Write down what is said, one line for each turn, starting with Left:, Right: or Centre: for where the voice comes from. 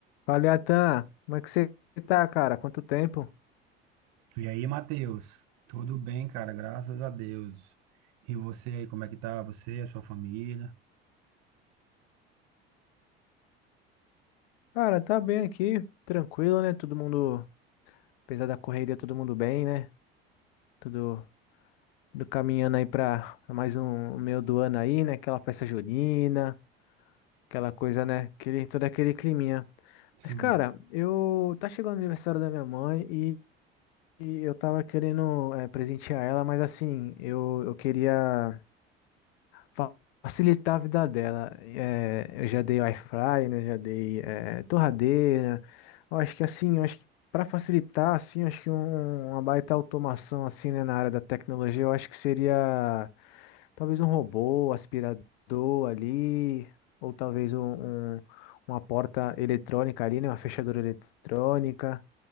Left: Fala, Atan, como é que você tá, cara? Quanto tempo?
Right: E aí, Matheus? Tudo bem, cara? Graças a Deus. E você aí, como é que tá? Você, a sua família?
Left: Cara, tá bem aqui, tranquilo, né? Todo mundo, apesar da correria, todo mundo bem, né? Tudo, tudo caminhando aí pra mais um meio do ano aí, né? Aquela festa junina, aquela coisa, né? Aquele, todo aquele climinha.
Right: Sim,
Left: Mas, cara, eu tá chegando o aniversário da minha mãe e, e eu tava querendo eh, presentear ela, mas assim, eu, eu queria. fa- facilitar a vida dela. É, eu já dei air fry, né? Já dei é, torradeira. Eu acho que assim, eu acho que para facilitar, assim, eu acho que um- uma baita automação assim, né, na área da tecnologia, eu acho que seria talvez um robô, aspirador ali, ou talvez um, um- uma porta eletrônica ali, né? Uma fechadura eletrônica.